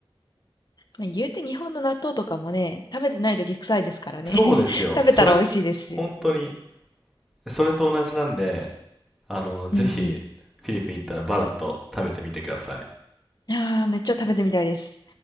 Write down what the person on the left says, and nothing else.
ま、言うて日本の納豆とかもね、食べてない時臭いですからね。
<laughs> 食べたら美味しいですし。
うんうん。
いや、めっちゃ食べてみたいです。